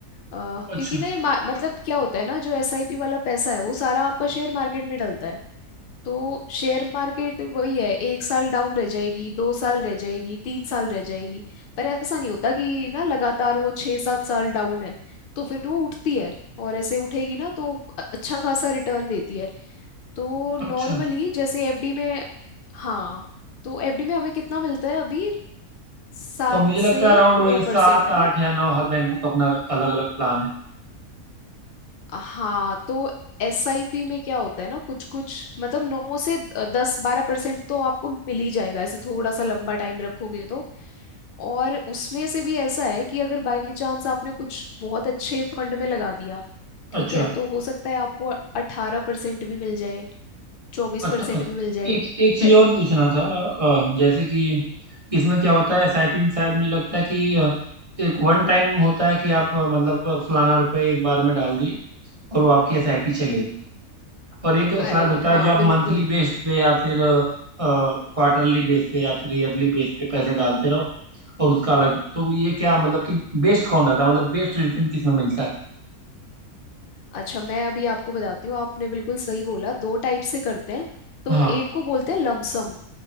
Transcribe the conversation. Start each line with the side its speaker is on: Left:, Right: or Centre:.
Left: अ,
Right: अच्छा
Left: क्योंकि ना ये मा- मतलब क्या होता है ना जो एसआईपी वाला पैसा है वो सारा आपका शेयर मार्केट में डलता है तो शेयर मार्केट वही है एक साल डाउन रह जाएगी दो साल रह जाएगी तीन साल रह जाएगी पर ऐसा नहीं होता कि ना लगातार वो छः सात साल डाउन है तो फिर वो उठती है और ऐसे उठेगी ना तो अच्छा खासा रिटर्न देती है तो नॉर्मली
Right: अच्छा
Left: जैसे एफडी में हाँ तो एफडी में हमें कितना मिलता है अभी सात
Right: और मुझे
Left: से
Right: लगता है अराउंड वही
Left: नौ
Right: सात
Left: परसेंट ना
Right: आठ या नौ हर बैंकों का अपना अलग अलग प्लान है
Left: हाँ तो एसआईपी में क्या होता है ना कुछ कुछ मतलब नौ से दस बारह परसेंट तो आपको मिल ही जाएगा ऐसे थोड़ा सा लंबा टाइम रखोगे तो और उसमें से भी ऐसा है कि अगर बाई चांस आपने कुछ बहुत अच्छे फंड में लगा दिया ठीक
Right: अच्छा
Left: है तो हो सकता है आपको अठारह परसेंट भी मिल जाए चौबीस
Right: अच्छा
Left: परसेंट
Right: अच्छा
Left: भी मिल जाए
Right: एक एक चीज
Left: वे-
Right: और पूछना था अ, जैसे कि इसमें क्या होता है एसआईपी में शायद मुझे लगता है कि अ, एक वन टाइम होता है कि आप अ, मतलब अ, फलाना रुपए एक बार में डाल दिए और वो आपकी एसआईपी चलेगी और एक
Left: अरे
Right: शायद होता
Left: हाँ
Right: है जो आप
Left: बिल्कुल
Right: मंथली बेस्ड पे या फिर क्वार्टरली बेस पे या फिर ईयरली बेस पे पैसे डालते रहो और उसका अलग तो ये क्या मतलब कि बेस्ट कौन रहता है मतलब बेस्ट रिटर्न किसमें मिलता है
Left: अच्छा मैं अभी आपको बताती हूँ आपने बिल्कुल सही बोला दो टाइप से करते हैं तो
Right: हाँ
Left: एक को बोलते हैं लमसम